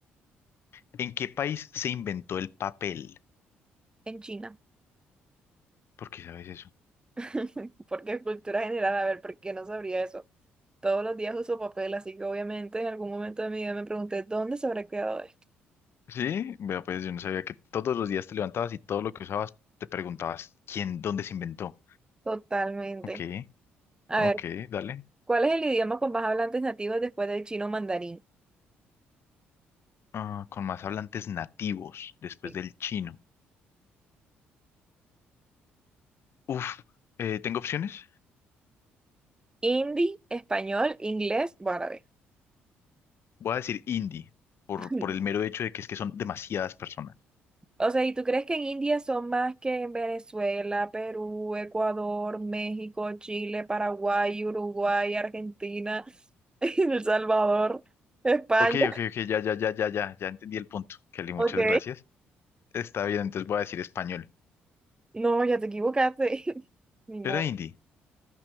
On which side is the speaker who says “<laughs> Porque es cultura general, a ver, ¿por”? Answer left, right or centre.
Right